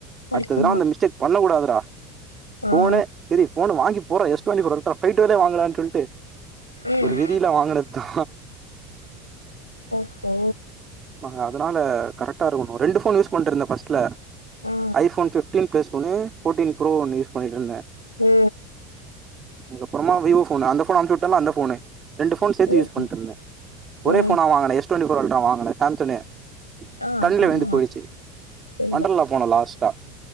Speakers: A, on the left; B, on the right.
A: வலிக்குமா
B: அடுத்த தடவ அந்த மிஸ்டேக் பண்ணக்கூடாதுடா
A: ஆ
B: போனே திரி போன வாங்கி போற எஸ் <unintelligible> வாங்கலான் சொல்ட்டு
A: ம்
B: ஒரு ரிதி ல்ல வாங்குனத்தா
A: ஓஹோ
B: ஆஹ அதனால கரெக்டா இருக்கணு ரெண்டு ஃபோன் யூஸ் பண்ட்டுருந்த பஸ்ட்ல
A: ஆ
B: ஐபோன் பிப்டீன் ப்ளஸ் பேனு போடீன் ப்ரோ ஒன்னு யூஸ் பண்ணிட்ருந்த
A: ஓ
B: அதுக்கப்புறமா விவோ போனு அந்த ஃபோன அம்ச்சு விட்டனா அந்த ஃபோனு ரெண்டு ஃபோன் சேத்து
A: ம்
B: யூஸ் பண்ணிட்டுருந்த ஒரே
A: ஓ
B: ஃபோனா வாங்குன எஸ் டுவெண்டி போர் அல்டரா வாங்குன சாம்சனு
A: ஆ
B: தண்ணில
A: ஆ
B: விழ்ந்து போயிடுச்சி
A: சேரிதா
B: வண்டரல்லா போன லாஸ்டா